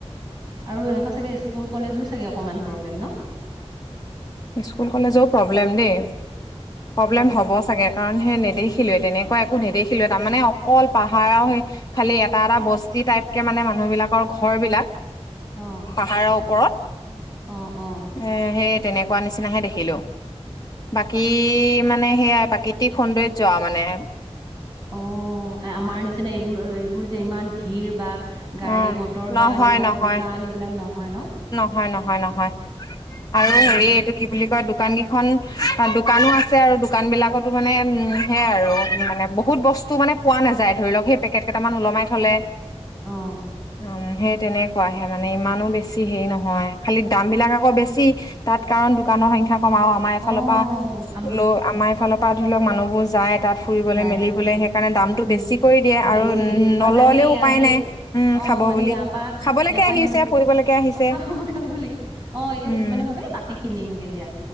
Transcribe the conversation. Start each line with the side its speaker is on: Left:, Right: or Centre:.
Right: আৰু এনেকুৱা চাগে স্কুল কলেজো চাগে অকণমান প্ৰব্লেম ন
Left: স্কুল কলেজও প্ৰব্লেম দেই প্ৰব্লেম
Right: উম।
Left: হ'ব চাগে কাৰণ। সেই‌ নেদেখিলোৱেই তেনেকুৱা একো নেদেখিলোৱেই তাৰমানে অকল পাহাৰ আও সেই খালি এটা এটা বস্তি তা- টাইটকে মানে মানুহবিলাকৰ ঘৰ বিলাক।
Right: অ',
Left: পাহাৰৰ ওপৰত
Right: অ', অ'।
Left: এ সেই পোৱা নিচিনাহে দেখিলোঁ। বাকী মানে সেইয়াই প্ৰাকৃতিক সৌন্দৰ্য্য আও মানে।
Right: অ আমাৰ নিচিনা এইবোৰ এইবোৰ যে ইমান ভিৰ বা গাড়ী
Left: অ
Right: মটৰ
Left: নহয়
Right: বা এনেকুৱা
Left: নহয়
Right: দোকান এইবিলাক নহয় ন।
Left: নহয় নহয় আৰু
Right: উম,
Left: হেৰি এইটো কি বুলি কয় দো- দোকান কিখন দোকানো আছে আৰু দোকান বিলাকতো মানে উম সেয়াই আৰু মানে বহুত বস্ত- বস্তু মানে পোৱা নাযায় ধৰি লওক সেই পেকেট কেইটামান ওলমাই থলে।
Right: অহ।
Left: উম সেই তেনেকুৱাহে মানে ইমানো বেছি হেৰি নহয় খালি দাম বিলাক আকৌ বেছি তাত কাৰণ দোকানৰ সংখ্যা কম আৰু আমাৰ এফালৰ
Right: অ',
Left: পৰা
Right: আম
Left: ল আমাৰ এফালৰ পৰা ধৰি লওক মানুহবোৰ যায়। তাত ফুৰিবলৈ
Right: যায়
Left: মেলিবলৈ সেইকাৰণে দামটো
Right: উম,
Left: বেছি কৰি দিয়ে
Right: বেছি
Left: আৰু
Right: আৰু
Left: নল'লেও
Right: জানেই এয়া
Left: উপায়
Right: যে
Left: নাই। উম
Right: অ
Left: খাব
Right: মানে
Left: বুলি
Right: ইয়াপা
Left: খাবলৈকে
Right: ইয়াপা
Left: আহিছে ফুৰিবলৈকে আহিছে
Right: অ খাব খাব লাগে অ এতিয়া
Left: উম
Right: কিছুমানে ভাবে তাতে কিনিমগে দিয়া,